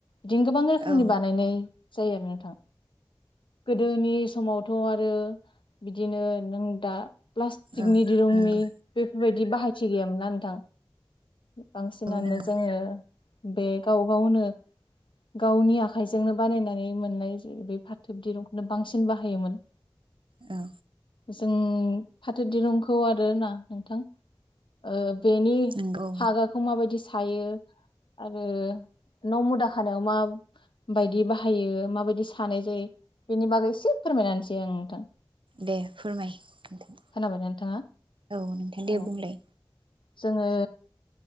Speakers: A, on the left; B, on the right.
A: बिदिनो गोबां रोखोमनि
B: औ
A: बानायनाय जायो आरो नों थां। गोदोनि समावथ' आरो बिदिनो नों दा प्लास्टिकनि
B: औ
A: दिरुंनि
B: नंगौ
A: बेफोरबाय बाहायथि गैयामोनना नोंथां बांसिनानो
B: औ नंगौ
A: जोङो बे गाव गावनो गावनि आखाइजोंनो बानायनानै मोननाय जे बे फाथोब दिरुंखौनो बांसिन बाहायोमोन
B: औ
A: जों फाथो दिरुंखौ आरोना नोंथां ओ बेनि
B: नंगौ
A: फागाखौ माबायदि स थायो आरो न मुदा खानायाव मा बायदि बाहायो माबायदि सा थानाय जायो बेनि बागै एसे फोरमायनासै आं नोंथां
B: दे फोरमाय नोंथां
A: खोनाबाय नोंथाङा
B: औ नोंथां दे
A: औ।
B: बुंलाय
A: जोङो